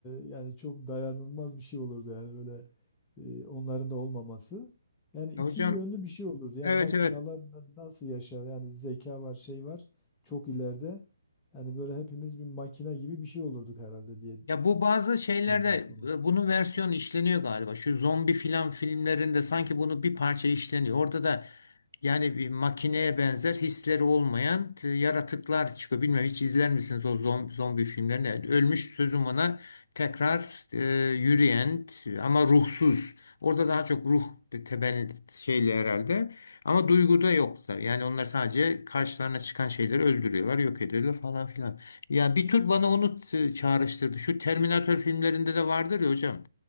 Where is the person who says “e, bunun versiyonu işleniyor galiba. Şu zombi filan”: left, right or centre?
Left